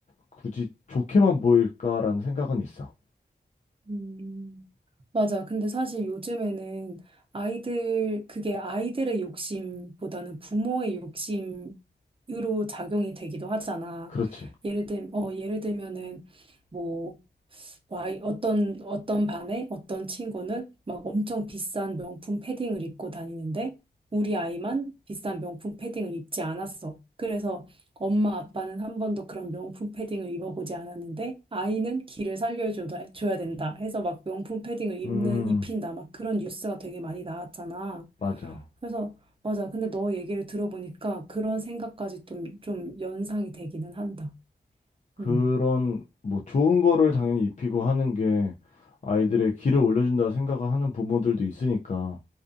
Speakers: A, on the left; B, on the right.
A: 굳이 좋게만 보일까라는 생각은 있어.
B: 음. 맞아. 근데 사실 요즘에는 아이들, 그게 아이들의 욕심보다는 부모의 욕심으로 작용이 되기도 하잖아.
A: 그렇지.
B: 예를 들면, 어, 예를 들면은, 뭐, 와, 어떤, 어떤 반에 어떤 친구는 막 엄청 비싼 명품 패딩을 입고 다니는데 우리 아이만 비싼 명품 패딩을 입지 않았어. 그래서 엄마 아빠는 한 번도 그런 명품 패딩을 입어보지 않았는데 아이는 길을 살려줘야 줘야 된다 해서 막 명품 패딩을 입는,
A: 음,
B: 입힌다 막 그런 뉴스가 되게 많이 나왔잖아.
A: 맞아.
B: 그래서 맞아. 근데 너 얘기를 들어보니까 그런 생각까지 좀, 좀 연상이 되기는 한다.
A: 그런
B: 음.
A: 뭐 좋은 거를 당연히 입히고 하는 게 아이들의 길을 올려준다 생각을 하는 부모들도 있으니까.